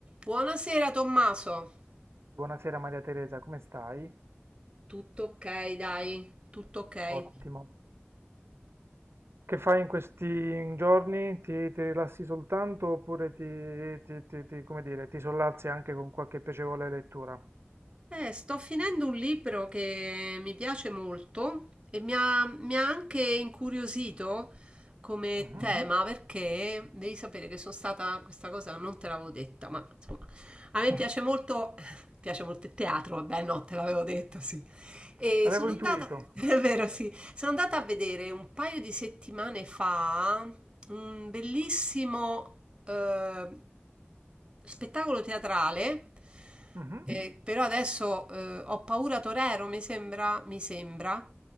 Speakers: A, on the right; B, on the right.
A: Buonasera Tommaso.
B: Buonasera Maria Teresa, come stai?
A: Tutto ok, dai, tutto ok. Eh,
B: Ottimo. Che fai in questi giorni? Ti, ti rilassi soltanto oppure ti, ti- ti- ti- come dire, ti sollazzi anche con qualche piacevole lettura?
A: sto finendo un libro che mi piace molto e mi ha, mi ha anche incuriosito come
B: Mhm.
A: Mhm. tema perché devi sapere che sono stata, questa cosa non te l'avevo detta, ma insomma, a me piace molto, <laughs> piace molto il teatro, vabbè, no, te l'avevo detto, sì. E
B: L'avevo
A: sono
B: intuito.
A: Sì. andata, <laughs> è vero, sì, sono andata a vedere un paio di settimane fa un bellissimo eh, spettacolo teatrale,
B: Mhm.
A: eh, però adesso eh, ho paura Torero, mi sembra, mi sembra